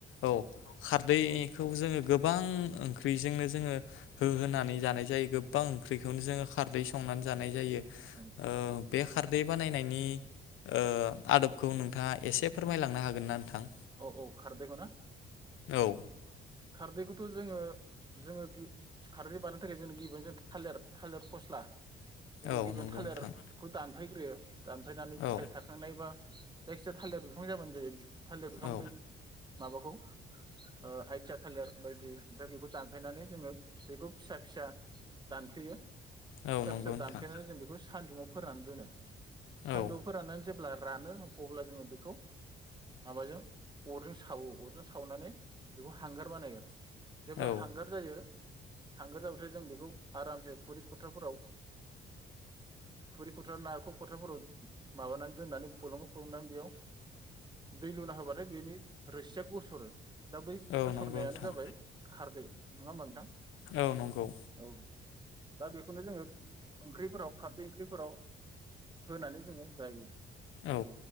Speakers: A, on the left; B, on the right.
A: औ खारदै खौ जोङो गोबां ओंख्रिजोंनो जोङो होहोनानै जानाय जायो। गोबां ओंख्रिखौनो जों खारदै संनानै जानाय जायो।
B: उम
A: ओ बे खारदै बानायनायनि ओ आदबखौ नोंथाङा एसे फोरमायलांनो हागोन ना नोंथां?
B: औ औ खारदैखौना
A: औ
B: खारदैखौथ' जोङो जोङो खारदै बानायनो थाखाय जोङो गिबाय जों थालिर थालिर फस्ला जों
A: औ
B: गिबियावनो
A: नंगौ
B: थालिरखौ
A: नोंथां
B: दानफायग्रोयो दानफायनानै फिथाइ
A: औ
B: थाखांनाय बा जायखिजाया थालिरबिफां जाब्लानो जायो। थालिर बिफां
A: औ
B: बै माबाखौ ओ आइ थिया थालिर बायदि ओमफ्राय बेखौ दानफायनानै जोङो बेखौ फिसा फिसा दानफ्लेयो। फिसा
A: औ नंगौ
B: फिसा
A: नोंथां
B: दानफ्लेनानै जों बेखौ सान्दुंङाव फोराननानै दोनो। सानदुं
A: औ
B: फोराननानै जेब्ला रानो अब्ला जोङो बेखौ माबाजों अरजों सावो अरजों सावनानै बेखौ हांगार बानायो जेब्ला
A: औ
B: हांगार जायो हांगार जाबाथाय जों बेखौ आरामसे खुरै खथाफोराव खुरै खथ्रा नारेखल खथ्राफोराव माबानानै दोननानै फलङो फलंनानै बेयाव दै लुना होबाथाय बेनि रोसिया गसरो दा बै खसरनायानो
A: औ नंगौ नोंथां
B: जाबाय खारदै। नङा होमबा नोंथां
A: औ नंगौ
B: औ दा बेखौनो जोङो ओंख्रिफोराव खारदै ओंख्रिफोराव होनानै जोङो जायो
A: औ